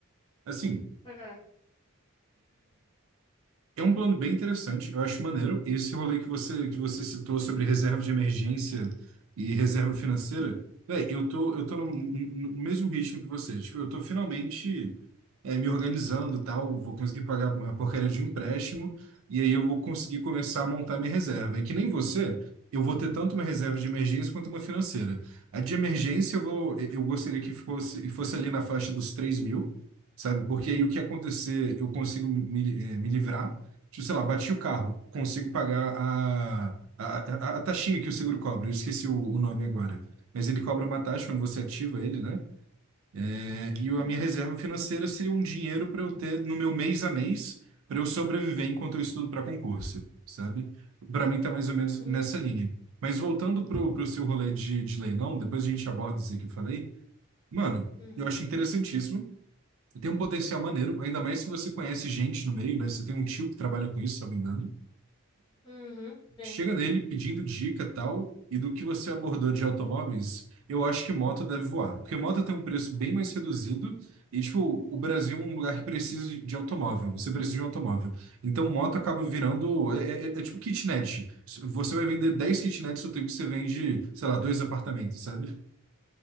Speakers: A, on the right; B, on the left.
A: Assim.
B: É.
A: É um plano bem interessante, eu acho maneiro. Esse rolê que você, que você citou sobre reserva de emergência e reserva financeira, véi, eu tô, eu tô no, no- no mesmo ritmo que você. Tipo, eu tô finalmente é, me organizando, e tal, vou conseguir pagar a porcaria de um empréstimo e aí eu vou conseguir começar a montar minha reserva. E que nem você, eu vou ter tanto uma reserva de emergência quanto uma financeira. A de emergência eu vou, eu gostaria que fosse, fosse ali na faixa dos três mil. Sabe? Porque aí o que acontecer, eu consigo me, eh, me livrar. Tipo, sei lá, bati o carro, consigo pagar a, a, a, a taxinha que o seguro cobra. Eu esqueci o, o nome agora. Mas ele cobra uma taxa quando você ativa ele, né? É, e
B: Uhum,
A: a minha reserva financeira seria um dinheiro para eu ter no meu mês a mês, para eu sobreviver enquanto eu estudo para concurso, sabe? Para mim tá mais ou menos
B: uhum,
A: nessa linha. Mas voltando pro, pro seu rolê de, de leilão, depois a gente aborda isso aí que eu falei. Mano,
B: uhum,
A: eu acho interessantíssimo. Tem um potencial maneiro, ainda mais que você conhece gente no meio, né? Você tem um tio que trabalha com isso, se eu não me engano.
B: uhum. Tenho.
A: chega nele pedindo dica tal, e do que você abordou de automóveis, eu acho que moto deve voar. Porque moto tem um preço bem mais reduzido, e tipo, o Brasil é um lugar que precisa de, de automóvel, você precisa de um automóvel. Então moto acaba virando, é, é- é é tipo kitnet. Você vai vender 10 kitnets no tempo que você vende, sei lá, dois apartamentos, sabe?